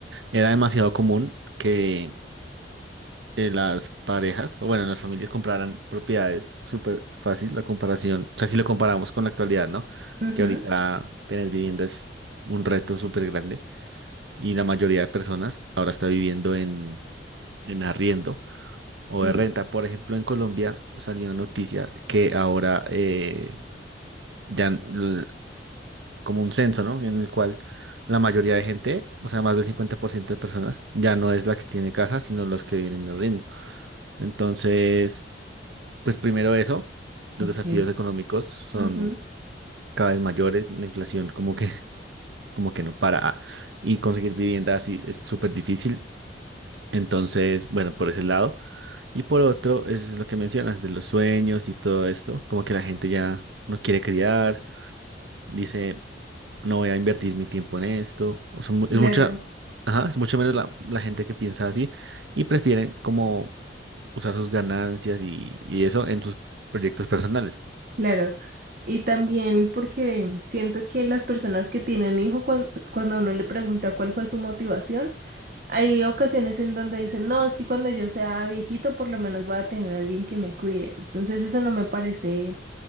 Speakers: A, on the right (about 85°); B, on the right (about 50°).
A: Era demasiado común que eh, las parejas, o bueno, las familias compraran propiedades. Súper fácil la comparación. O sea, si lo comparamos con la actualidad, ¿no?
B: Ujú,
A: Que ahorita tener vivienda es un reto súper grande. Y la mayoría de personas ahora está viviendo en, en arriendo
B: Sí,
A: o de renta. Por ejemplo, en Colombia salió una noticia que ahora eh, ya l- como un censo, ¿no? En el cual la mayoría de gente, o sea, más del 50% de personas, ya no es la que tiene casa, sino los que viven en arriendo. Entonces, pues primero eso, los
B: ok.
A: desafíos económicos son
B: ujú,
A: cada vez mayores, la inflación como que, <laughs> como que no para ah, y conseguir vivienda así es súper difícil. Entonces, bueno, por ese lado. Y por otro, es lo que mencionas de los sueños y todo esto, como que la gente ya no quiere criar, dice, no voy a invertir mi tiempo en esto. O sea, mu-
B: Lara.
A: es mucha, ajá, es mucho menos la, la gente que piensa así y prefieren como usar sus ganancias y, y eso en sus proyectos personales.
B: Claro, y también porque siento que las personas que tienen hijo, cuan- cuando uno le pregunta cuál fue su motivación, hay ocasiones en donde dicen, no, es que cuando yo sea viejito por lo menos voy a tener a alguien que me cuide. Entonces eso no me parece